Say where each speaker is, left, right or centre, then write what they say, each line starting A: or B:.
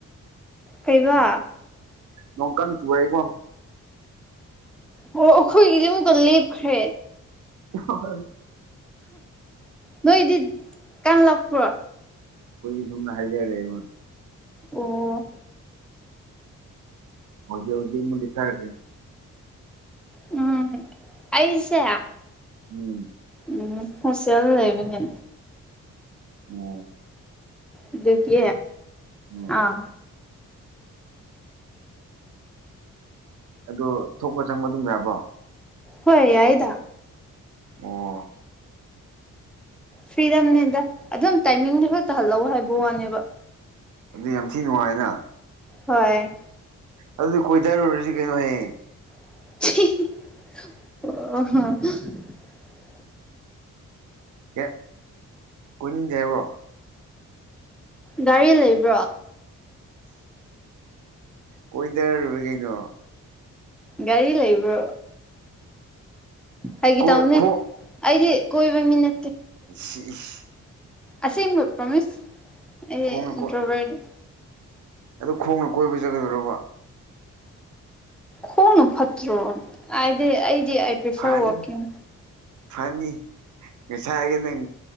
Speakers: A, in the centre; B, on the right.
A: ꯀꯩꯕ
B: ꯅꯣꯡꯀꯥꯟꯅ ꯆꯨꯕꯥꯏꯒꯣ
A: ꯑꯣ ꯑꯩꯈꯣꯏꯒꯤꯗꯤ ꯑꯃꯨꯛꯀ ꯂꯦꯞꯈ꯭ꯔꯦ
B: ꯍ
A: ꯅꯣꯏ ꯏꯗꯤ ꯀꯥꯟꯂꯥꯛꯄ꯭ꯔꯣ
B: ꯀꯣꯏꯕꯤ ꯁꯨꯝꯅ ꯍꯥꯏꯖꯔꯦ ꯏꯃꯣꯟ
A: ꯑꯣ
B: ꯍꯧꯖꯤꯛ ꯍꯧꯖꯤꯛ ꯃ ꯂꯤꯊꯔꯒꯦ
A: ꯎꯝ ꯑꯩꯁꯌꯥ
B: ꯎꯝ
A: ꯎꯝ ꯐꯁꯤꯜ ꯂꯩꯕꯅꯤ
B: ꯎꯝ
A: ꯑꯗꯨꯗꯤ
B: ꯎꯝ
A: ꯑꯥ
B: ꯑꯣ ꯊꯣꯛꯄ ꯆꯪꯕ ꯑꯗꯨꯝ ꯌꯥꯕ꯭ꯔꯣ
A: ꯍꯣꯏ ꯌꯥꯏꯗ
B: ꯑꯣ
A: ꯐꯤꯗꯝꯅꯦꯗ ꯑꯗꯨꯝ ꯇꯥꯏꯃꯤꯡꯗꯨ ꯈꯔ ꯇꯥꯍꯜꯂꯛꯑꯣ ꯍꯥꯏꯕ ꯋꯥꯅꯦꯕ
B: ꯑꯗꯨ ꯌꯥꯝ ꯊꯤ ꯅꯨꯡꯉꯥꯏꯅ
A: ꯍꯣꯏ
B: ꯑꯗꯨꯗꯤ ꯀꯣꯏꯗꯥꯔꯨꯔꯁꯤ ꯀꯩꯅꯣꯍꯌꯦ
A: ꯑꯣ
B: ꯀ ꯀꯟꯗꯦꯕ
A: ꯒꯥꯔꯤ ꯂꯩꯕ꯭ꯔꯣ
B: ꯀꯣꯏꯗꯔ ꯀꯩꯅꯣ
A: ꯒꯥꯔꯤ ꯂꯩꯕ꯭ꯔꯣ ꯍꯥꯏꯒꯤ
B: ꯀꯣꯏ
A: ꯇꯧꯅꯦ
B: ꯈꯣꯡ
A: ꯑꯩꯗꯤ ꯀꯣꯏꯕꯤꯃꯤꯅꯦ
B: <unintelligible>
A: ꯑꯁꯦ ꯄ꯭ꯔꯣꯃꯤꯁ ꯑꯦ
B: ꯈꯣꯡꯅ ꯀꯣꯏ
A: ꯏꯣꯕꯔ
B: ꯑꯗꯨ ꯈꯣꯡꯅ ꯀꯣꯏꯕ ꯆꯒꯗꯧꯔꯕ
A: ꯈꯣꯡꯅ ꯐꯠꯇ꯭ꯔꯣ ꯍꯥꯏꯗꯤ ꯑꯩꯗꯤ ꯑ ꯄ꯭ꯔꯤꯐꯔ
B: ꯐꯅꯤ
A: ꯋꯥꯀꯤꯡ
B: ꯐꯅꯤ ꯉꯁꯥꯏꯒꯤ ꯅꯪ